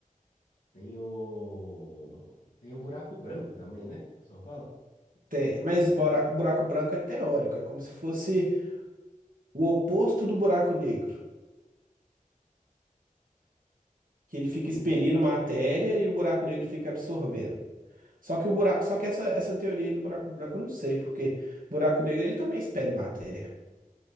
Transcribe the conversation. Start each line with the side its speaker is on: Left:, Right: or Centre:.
Left: Tem o. Tem o buraco branco também, né? O pessoal fala?
Right: Tem, mas
Left: É, Buraco.
Right: buraco, buraco branco é teórico, é como se fosse o oposto do buraco negro, que ele fica
Left: Sim,
Right: expelindo matéria e o buraco negro fica absorvendo. Só que o buraco, só que essa, essa teoria do buraco branco eu não sei, porque buraco negro ele também expele matéria,